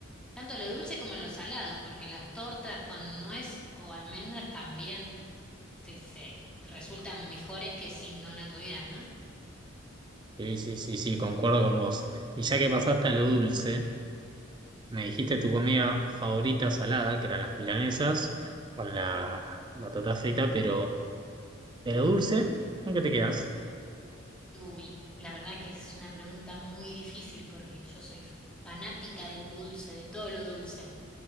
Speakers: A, in the centre; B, on the right.
A: Tanto lo dulce como lo salado, porque las tortas con nuez o almendras también se, se resultan mejores que si no la tuvieran, ¿no?
B: Sí, sí, sí, sí, concuerdo con vos. Y ya que pasaste a lo dulce, me dijiste tu comida favorita salada, que eran las milanesas, con la batata frita, pero de lo dulce, ¿con qué te quedas?
A: Uy, la verdad que es una pregunta muy difícil porque yo soy fanática de lo dulce, de todo lo dulce.